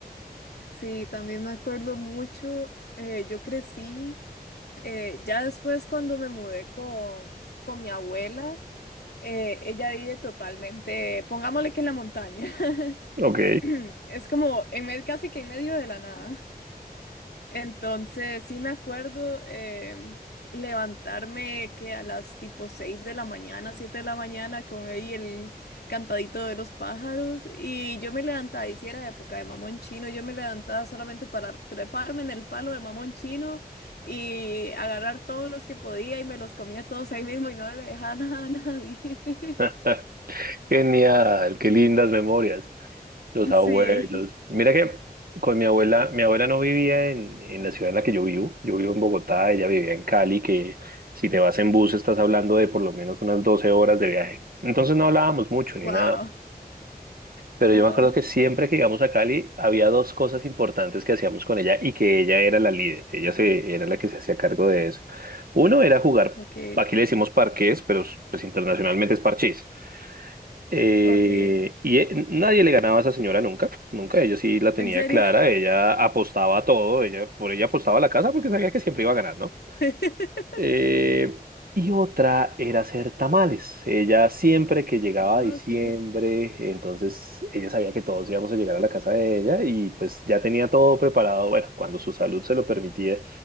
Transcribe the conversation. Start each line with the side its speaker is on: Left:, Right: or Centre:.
Left: Sí, también me acuerdo mucho. eh, yo crecí eh, ya después cuando me mudé con, con mi abuela, eh, ella vive totalmente, pongámosle que en la montaña. <laughs>
Right: Ok.
Left: <clears throat> Es como en medio, casi que en medio de la nada. Entonces, sí me acuerdo em, levantarme que a las tipo 6 de la mañana, 7 de la mañana, con ahí el cantadito de los pájaros. Y yo me levantaba, y si era época de mamón chino, yo me levantaba solamente para treparme en el palo de mamón chino y agarrar todos los que podía y me los comía todos ahí mismo y no le dejaba <laughs> nada a nadie. <laughs>
Right: <laughs> Genial, qué lindas memorias. Los abuelos.
Left: Sí.
Right: Mira que con mi abuela, mi abuela no vivía en, en la ciudad en la que yo vivo. Yo vivo en Bogotá, ella vivía en Cali, que si te vas en bus estás hablando de por lo menos unas 12 horas de viaje. Entonces no hablábamos mucho ni
Left: Wow.
Right: nada. Pero
Left: Ajá.
Right: yo me acuerdo que siempre que íbamos a Cali había dos cosas importantes que hacíamos con ella y que ella era la líder, ella se, era la que se hacía cargo de eso. Uno era jugar,
Left: Ok.
Right: aquí le decimos parqués, pero pues internacionalmente es parchís. Eh,
Left: Ok.
Right: y eh, nadie le ganaba a esa señora nunca, nunca, ella sí la tenía
Left: ¿En serio?
Right: clara, ella apostaba a todo, ella, por ella apostaba a la casa porque sabía que siempre iba a ganar, ¿no?
Left: <laughs>
Right: Eh, y otra era hacer tamales. Ella siempre que llegaba
Left: Ok,
Right: a diciembre, entonces ella sabía que todos íbamos a llegar a la casa de ella y pues ya tenía todo preparado, bueno, cuando su salud se lo permitía,